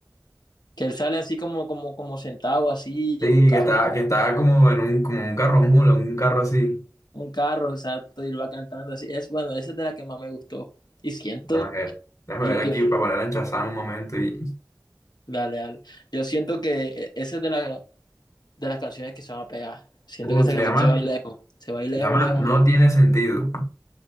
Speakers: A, on the left (about 75°); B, on the left (about 45°).
A: que él sale así como, como, como sentado así
B: Sí,
A: en un carro.
B: que estaba, que estaba como en un, como un carro mula, un carro así.
A: Un carro, exacto, y él va cantando así. Es bueno, esa es de la que más me gustó. Y siento,
B: Déjame ver, déjame
A: yo,
B: ver
A: yo,
B: aquí para ponerla en Shazam un momento. Y,
A: dale, dale. Yo siento que eh, esa es de la, de las canciones que se van a pegar. Siento
B: uh,
A: que esa
B: se
A: canción
B: llama,
A: se va a ir lejos, se va a
B: se
A: ir lejos,
B: llama
A: lejos,
B: No
A: lejos.
B: tiene sentido.